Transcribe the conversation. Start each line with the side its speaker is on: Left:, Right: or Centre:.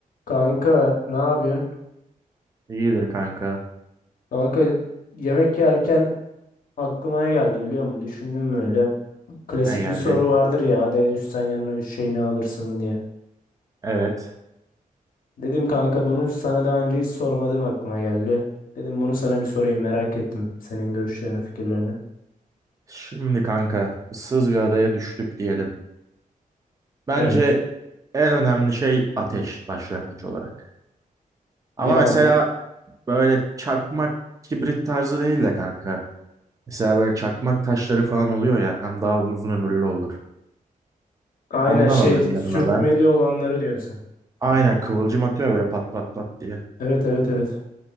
Left: Kanka ne yapıyorsun?
Right: İyidir kanka.
Left: Kanka yemek yerken aklıma ne geldi biliyor musun? Düşündüm böyle. Klasik
Right: Ne geldi?
Left: bir soru vardır ya adaya düşsen yanına üç şey ne alırsın diye.
Right: Evet.
Left: Dedim kanka bunu sana daha önce hiç sormadığım aklıma geldi. Dedim bunu sana bir sorayım merak ettim senin görüşlerini fikirlerini.
Right: Şimdi kanka ıssız bir adaya düştük diyelim. Bence
Left: Evet.
Right: en önemli şey ateş başlangıç olarak. Ama
Left: Yani
Right: mesela böyle çakmak kibrit tarzı değil de kanka. Mesela böyle çakmak taşları falan oluyor ya hem daha uzun ömürlü olur.
Left: aynen
Right: Ondan
Left: şey
Right: alırım yanıma
Left: sürtmeli
Right: ben.
Left: olanları diyorsun sen.
Right: Aynen kıvılcım atıyor böyle pat pat pat diye.
Left: Evet evet evet.